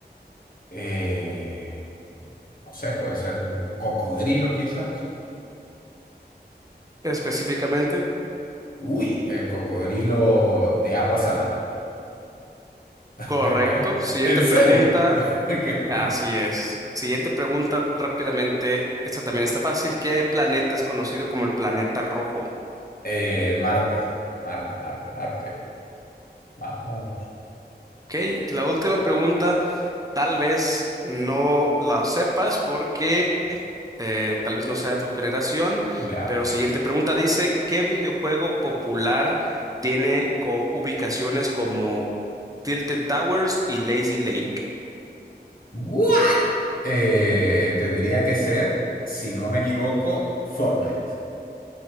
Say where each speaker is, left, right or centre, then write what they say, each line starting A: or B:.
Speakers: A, on the left (about 55°); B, on the right (about 20°).
A: Eh, no sé, puede ser un cocodrilo quizás.
B: Específicamente,
A: Uy, el cocodrilo de agua salada. <laughs>
B: correcto. Siguiente
A: ¿En serio?
B: pregunta,
A: <laughs> Qué bueno.
B: Así es. Siguiente pregunta rápidamente. Esta también está fácil. ¿Qué planeta es conocido como el planeta rojo?
A: Eh, Marte, Marte, Marte, Marte. Vamos,
B: Ok, la última pregunta tal vez no la sepas porque eh, tal vez no sea de tu generación,
A: veamos.
B: pero siguiente pregunta dice, ¿qué videojuego popular tiene co- ubicaciones como Tilted Towers y Lazy Lake?
A: ¿What? Eh, tendría que ser, si no me equivoco, Fortnite.